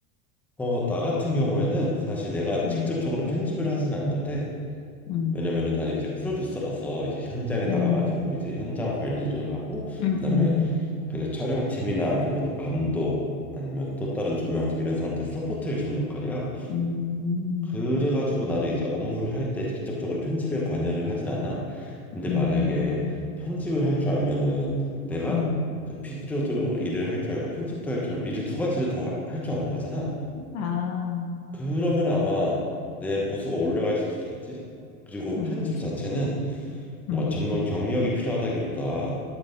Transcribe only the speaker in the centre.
어, 나 같은 경우에는 사실 내가
직접적으로 편집을 하진 않는데
왜냐면은 나는 이제 프로듀서라서 이제 현장에 나가가지고
이제 현장 관리를 하고
그다음에
그 촬영팀이나 아니면은 감독 아니면 또 다른 조명팀 이런 사람들 서포트 해주는 역할이야.
그래가지고 나는 이제 업무를 할 때 직접적으로 편집에 관여를 하진 않아. 근데
만약에 편집을 할 줄 알면은 내가
그 PD로도 일을 할 줄 알고 편집도 할 줄 알면 일을 두 가지를 더 할 줄 아는 거잖아.
그러면 아마 내 보수가 올라갈 수도 있겠지. 그리고
편집 자체는 뭔가
전문 경력이 필요하다기보다